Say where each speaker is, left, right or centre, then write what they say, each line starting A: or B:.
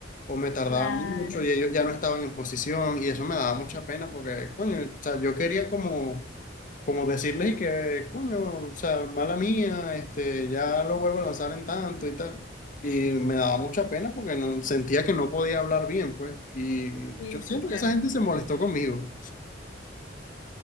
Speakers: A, on the left; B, on the left.
A: o me tardaba
B: claro.
A: mucho y ellos ya no estaban en posición y eso me daba mucha pena porque, coño, o sea, yo quería como como decirles y que, coño, o sea, mala mía, este, ya lo vuelvo a lanzar en tanto y tal. Y me daba mucha pena porque no, sentía que no podía hablar bien, pues. Y
B: Sí,
A: yo siento
B: sí, claro.
A: que esa gente se molestó conmigo.